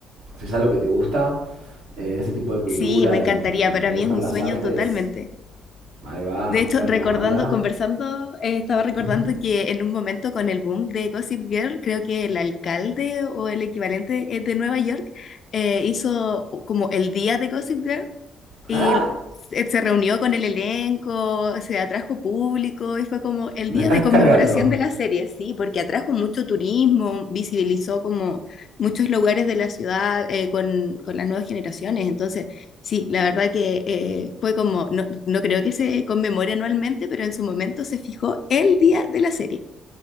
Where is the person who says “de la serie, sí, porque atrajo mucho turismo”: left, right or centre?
Left